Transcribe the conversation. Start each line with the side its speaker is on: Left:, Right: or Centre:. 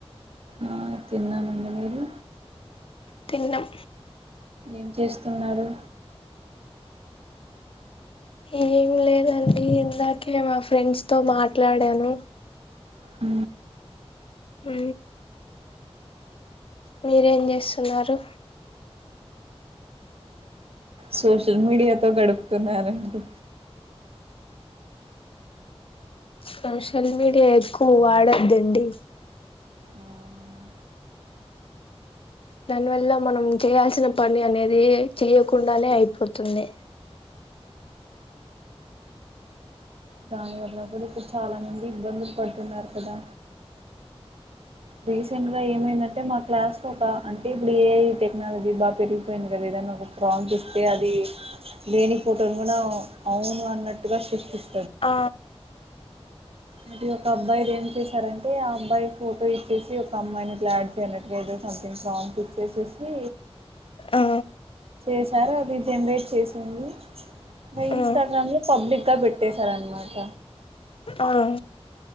Right: ఆ తిన్నానండి మీరు
Left: తిన్నం
Right: ఏం చేస్తున్నారు
Left: ఏం లేదండి ఇందాకే మా ఫ్రెండ్స్ తో మాట్లాడాను
Right: హ
Left: ఓ మీరేం చేస్తున్నారు
Right: సోషల్ మీడియాతో గడుపుతున్నారండి
Left: సోషల్ మీడియా ఎక్కువ వాడొద్దండి
Right: మ్మ్.
Left: దానివల్ల మనం చేయాల్సిన పని అనేది చేయ్యకుండానే అయిపోతుంది
Right: దాని వల్ల కూడా ఇప్పుడు చాలా మంది ఇబ్బందులు పడుతున్నారు కదా రీసెంట్ గా ఏమైందంటే మాకు క్లాస్ లో ఒక అంటే ఇప్పుడు ఏ ఈ టెక్నాలజీ బాగా పెరిగిపోయింది కదా ఏదనా ఒక ప్రాప్ ఇస్తే అది లేని ఫోటోని కూడా అవును అన్నట్టుగా సృష్టిస్
Left: ఆ
Right: మరి ఒక అబ్బాయిలు ఏం చేశారంటే ఆ అబ్బాయి ఫ ఫోటో ఇచ్చేసి ఒక అమ్మాయిని ప లాడ్ చేయనట్టుగా ఏదో సథింగ్ సాంగ్స్ ఇచ్చేసేసి
Left: ఆ
Right: చేశారు అది జనరేట్ చేసింది
Left: ఆ
Right: ఇన్స్టాగ్రామ్లో పబ్లిక్ గా పెట్టసార అనమాట
Left: ఆవు